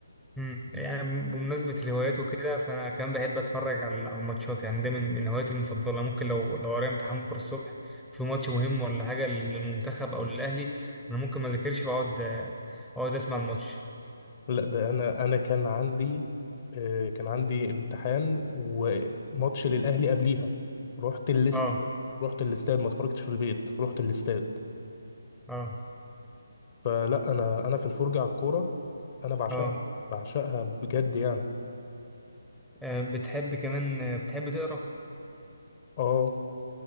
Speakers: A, in the centre; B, on the left.
A: مم. يعني بمناسبة الهوايات وكده فأنا كمان بحب أتفرج على على الماتشات يعني ده من من هواياتي المفضلة ممكن لو لو ورايا امتحان بكرة الصبح في ماتش مهم ولا حاجة للمنتخب أو للأهلي أنا ممكن ما أذاكرش وأقعد أقعد أسمع الماتش
B: لا ده انا انا كان عندي آه، كان عندي امتحان وماتش للاهلي قبليها رحت الاستاد
A: أه
B: رحت الاستاد ما اتفرجتش في البيت رحت الاستاد
A: أه
B: فلا انا انا في الفرجة على الكورة انا بعشقها
A: أه
B: بعشقها بجد يعني
A: آه، بتحب كمان آه، بتحب تقرا
B: اه